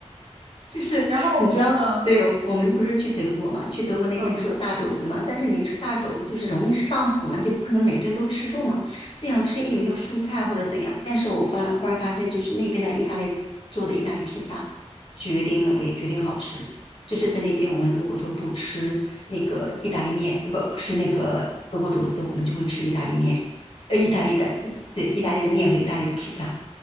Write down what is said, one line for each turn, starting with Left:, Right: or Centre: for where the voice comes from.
Left: 就是你知道，
Right: 然后，嗯
Left: 对我们不是去德国嘛，去德国那边不是有大肘子嘛，
Right: 嗯。
Left: 但是你吃大肘子就是容易上火嘛，就不可能每顿都吃肉嘛，就想吃诶有没有蔬菜或者怎样。但是我发忽然发现，就是那边的意大利做的意大利披萨，绝顶美味，绝顶好吃。就是在那边，我们如果说不吃那个意大利面，不不吃那个德国肘子，我们就会吃意大利面，呃，意大利的，对，意大利的面和意大利的披萨。